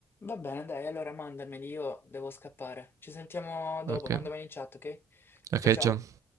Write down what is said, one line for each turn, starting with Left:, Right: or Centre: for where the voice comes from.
Left: Va bene, dai, allora mandameli, io devo scappare. Ci sentiamo dopo,
Right: Ok,
Left: mandameli in chat, ok?
Right: ok,
Left: Ciao ciao.
Right: ciao.